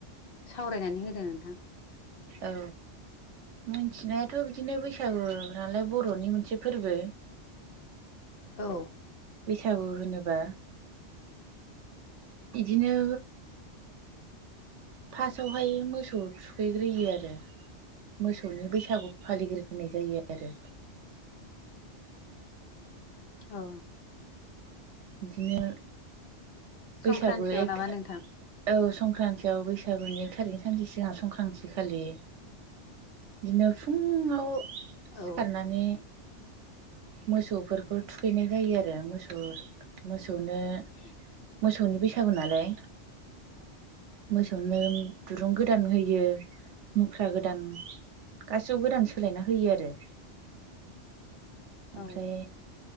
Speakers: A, on the left (about 55°); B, on the right (about 75°).
A: सावरायनानै होदो नोंथां।
B: औ मिथिनायाथ' बिदिनो बैसागु नालाय बर'नि मोनसे फोरबो।
A: औ।
B: बैसागु होनोबा बिदिनो फास्टआवहाय मोसौ थुखैग्रोयो आरो। मोसौनि बैसागु फालिग्रोनाय जायो आरो।
A: औ।
B: बिदिनो
A: संक्रान्तियाव
B: बैसागु एखे
A: नामा नोंथां
B: औ संक्रान्तिआव बैसागुनि एक थारिखनि सानसे सिगां संक्रान्ति खालि बिदिनो फुङाव सिखारनानै
A: औ
B: मोसौफोरखौ थुखैनाय जायो आरो मोसौ मोसौनो
A: <inaudible>
B: मोसौनि बैसागु नालाय। मोसौनो दुरुं गोदान होयो मुख्रा गोदान। गासिबो गोदान सोलायना होयो आरो। ओमफ्राय
A: औ